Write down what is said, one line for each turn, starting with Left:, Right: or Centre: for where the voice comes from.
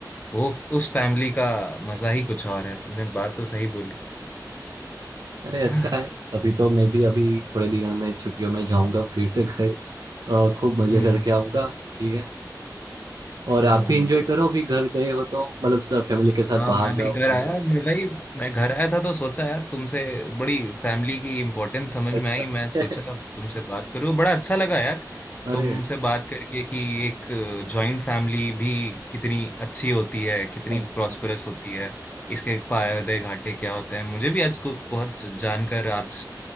Left: वो उस फैमिली का मजा ही कुछ और है तुमने बात तो सही बोली <sighs>
Right: अरे
Left: हाँ,
Right: अच्छा है अभी तो मैं भी अभी थोड़े दिनों में छुट्टियों में जाऊंगा फिर से घर अ, खूब मजे
Left: हम्म
Right: करके आऊंगा ठीक है और
Left: हम्म
Right: आप भी एंजॉय करो अभी घर गए हो तो मतलब सब फैमिली के साथ
Left: हाँ
Right: बाहर
Left: मैं
Right: जाओ
Left: भी घर
Right: घूमो
Left: आया मैं वही मैं घर आया था तो सोचा यार तुमसे बड़ी फैमिली की इम्पोर्टेंस समझ
Right: अच्छा
Left: में आई मैं सोचा
Right: <laughs>
Left: अब तुमसे बात करूँ बड़ा अच्छा लगा यार
Right: अरे
Left: तुमसे बात करके कि एक जॉइंट फैमिली भी कितनी अच्छी होती है कितनी
Right: हाँ
Left: प्रॉस्परस
Right: हाँ
Left: होती है
Right: हाँ,
Left: इसके फायदे घाटे क्या होते हैं मुझे भी आज को बहुत जानकर आज